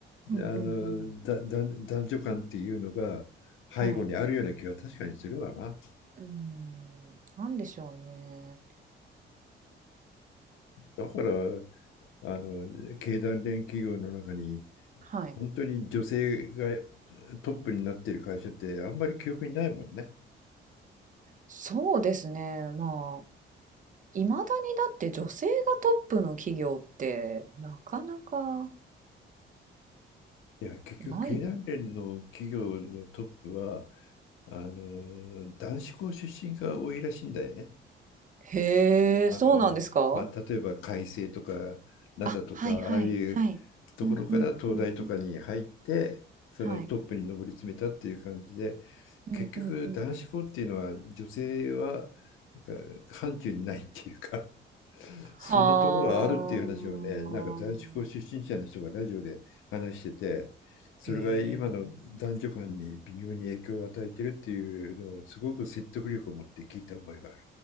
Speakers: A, on the right (about 40°); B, on the left (about 85°).
A: うんうんうん。
B: のだだ男女間っていうのが背後にあるような気は確かにするわな。
A: はい。うーん、なんでしょうね。
B: だからあの経団連企業の中に
A: はい。
B: 本当に女性がトップになっている会社ってあんまり記憶にないもんね。
A: そうですね。まあ、いまだにだって女性がトップの企業ってなかなか
B: いや結局経団連の企業のトップは
A: ない。
B: あの男子校出身が多いらしいんだよね。
A: へえ、
B: あの、
A: そうなんですか
B: まあ、例えば開成とか灘とかああいうところから東大とかに入ってそのトップに上り詰めたっていう感じで
A: あ、はいはい、はい。うんうんうんうん。はい。
B: 結局男子校っていうのは女性はなんか範疇にないっていうか
A: うんうんうん。
B: <laughs>
A: は
B: そんなところがあるっていう話をねなんか男子校出身者の人がラジオで話しててそれが今の男女間に微妙に影響を与えてるっていうのをすごく説得力を持って聞いた覚えがある。
A: あ。へえ。